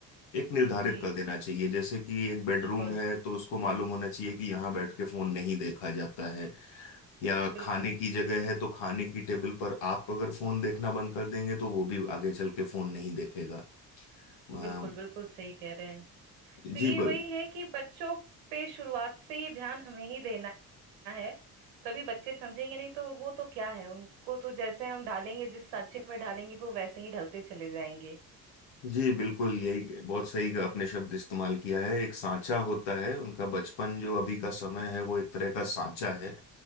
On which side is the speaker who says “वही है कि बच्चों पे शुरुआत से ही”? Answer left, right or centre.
Right